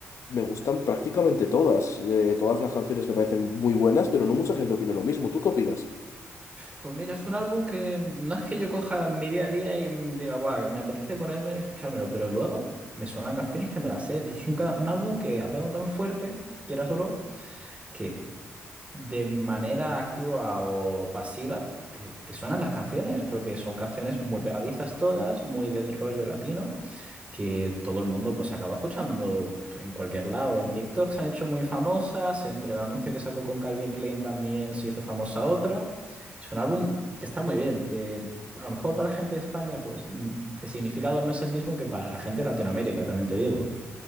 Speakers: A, on the left; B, on the right.
A: me gustan prácticamente todas. Eh, todas las canciones me parecen muy buenas, pero no mucha gente opina lo mismo. ¿Tú qué opinas?
B: Pues mira, es un álbum que no es que yo coja mi día a día y mm, diga, guau, me apetece ponerme y escuchármelo, pero luego me suenan canciones que me las sé. Pues es un, ca- un álbum que ha pegado tan fuerte, quieras o no, que de manera activa o pasiva, te, te suenan las canciones, porque son canciones muy pegadizas todas, muy del rollo latino, que todo el mundo pues acaba escuchando en cualquier lado. En TikTok se han hecho muy famosas, entre el anuncio que sacó con Calvin Klein también se hizo famosa otra. Es un álbum que está muy bien, que a lo mejor para la gente de España pues n- el significado no es el mismo que para la gente de Latinoamérica, también te digo.